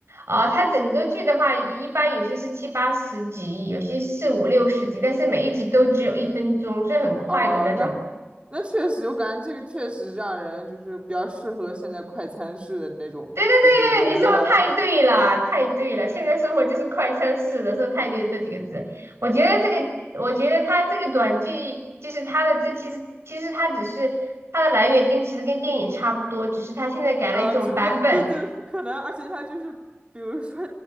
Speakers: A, on the right; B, on the right.
A: 啊，它整个剧的话，一一般有些是七八十集，有些是五六十集，但是每一集都只有一分钟，所以很快的那种。
B: 哦，那那确实，我感觉这个确实让人就是比较适合现在快餐式的那种，
A: 对对对对，
B: 就是娱乐
A: 你说的太对了，太对了。现在生活就是快餐式的，说太对这几个字。我觉得这个，我觉得它这个短剧，就是它的这其实其实它只是它的来源跟其实跟电影差不多，只是它现在改了一种版本。
B: 啊，只不过对对，可能，而且它就是，比如说，